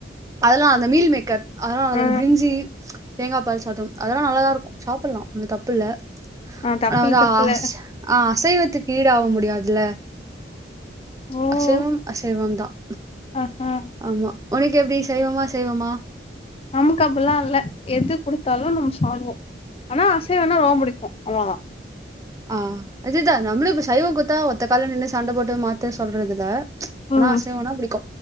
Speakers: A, on the right; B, on the left.
A: அதெல்லா அந்த மீல் மேக்கர் அதெல்லா நல்ல
B: ஆ
A: அந்த பிரிஞ்சி தேங்கா பால் சாதம் அதெல்லா நல்லாதா இருக்கு சாப்டலா ஒன்னு தப்புல்ல
B: ஆ தப்பில்ல
A: ஆனா
B: தப்பில்ல
A: வந்து அ ஆ அசைவத்துக்கு ஈடாவ முடியாதுல
B: ஓ
A: அசைவம் அசைவம் தான்
B: ஆஹா
A: ஆமா உனக்கு எப்டி சைவமா அசைவமா
B: நமக்கு அப்டல்லா இல்ல எது கொடுத்தாலு நம்ம சாப்டுவோ ஆனா அசைவனா ரொம்ப புடிக்கு அவ்ளதா
A: ஆ அதுதா நம்மளு இப்ப சைவ குத்தா ஒத்த கால்ல நின்னு சண்ட போட்டு மாத்த சொல்றது இல்ல ஆனா
B: ம்
A: அசைவம்னா புடிக்கு.